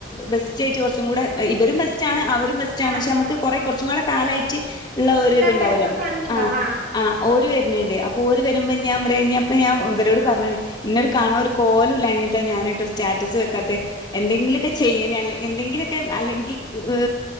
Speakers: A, on the left; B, on the right.
A: ബെസ്റ്റ് ആയിട്ട് കുറച്ചും കൂടെ ഇവരും ബെസ്റ്റ് ആണ് അവരും ബെസ്റ്റ് റ്റാണ്
B: ആഹ്
A: പക്ഷെ കൊറെ കൊറച്ചും കൂടെ കാലായ്റ്റ്ള്ള
B: നല്ല
A: ഒരു ഇത്ണ്ടാവൊല്ലൊ
B: ഫ്രണ്ട്സ് ഉണ്ടാവും
A: ആഹ് ആ്ഓര് വര്ന്ന്ണ്ട് അപ്പൊ ഓര് വരുമ്പോ ഞാൻ പറ്യഞാനിവരോട് പറഞ്ക്ക്ണ് ഇന്നൊരു കാണാ ന് ഒരു കോലോല്ല്യാഞ്ഞിട്ട ഞാന് സറ്റാറ്റസ് വെക്കാത്തത് എന്തെങ്കിലൊക്കെ ചെയ്യന അല്ലെ എന്തെങ്കിലുമൊക്കെ അല്ലെങ്കി ഹ്